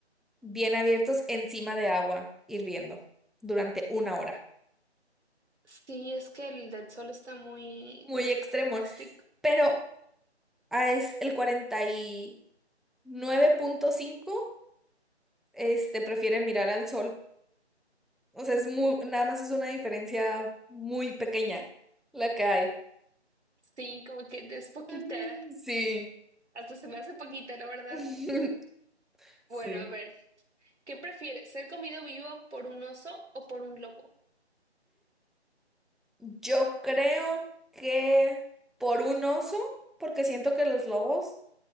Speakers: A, in the centre; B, on the right.
A: bien abiertos encima de agua hirviendo durante una hora.
B: Sí, es que el del sol está muy,
A: Muy extremo.
B: muy drástico.
A: Pero ah, es el cuarenta y nueve punto cinco este, prefieren mirar al sol. O sea, es muy, nada más es una diferencia muy pequeña la que hay.
B: Sí, como que es poquita.
A: Mm, Sí,
B: Hasta se me hace poquita, la verdad.
A: <laughs>
B: Bueno,
A: sí.
B: a ver, ¿qué prefieres? ¿Ser comido vivo por un oso o por un lobo?
A: Yo creo que por un oso, porque siento que los lobos